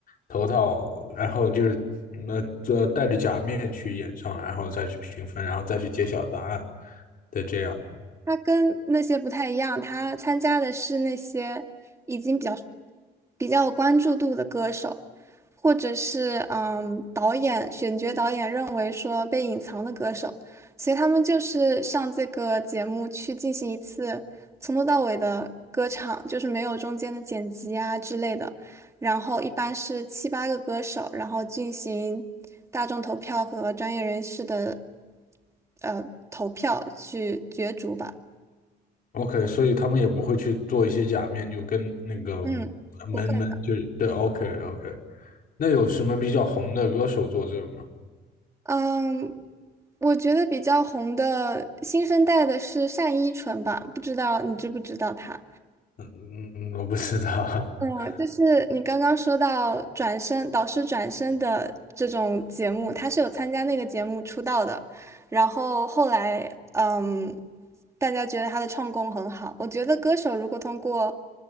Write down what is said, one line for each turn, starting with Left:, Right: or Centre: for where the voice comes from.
Left: 头套，然后就是那这、戴着假面去演唱，然后再去评分，然后再去揭晓答案的这样？
Right: 他跟那些不太一样，他参加的是那些已经比较比较有关注度的歌手，或者是嗯导演选角导演认为说被隐藏的歌手，所以他们就是上这个节目去进行一次从头到尾的歌唱，就是没有中间的剪辑啊之类的。然后一般是七八个歌手，然后进行大众投票和专业人士的呃投票去角逐吧。
Left: OK，所以他们也不会去做一些假面，就跟那个
Right: 嗯，
Left: 门门就对，OK
Right: 不会的。
Left: OK。那有什么比较红的歌手作证吗？
Right: 嗯，我觉得比较红的新生代的是单依纯吧，不知道你知不知道她？
Left: 嗯嗯嗯，我不知道。
Right: 嗯，
Left: <laughs>
Right: 就是你刚刚说到转身导师转身的这种节目，她是有参加那个节目出道的，然后后来嗯，大家觉得她的唱功很好。我觉得歌手如果通过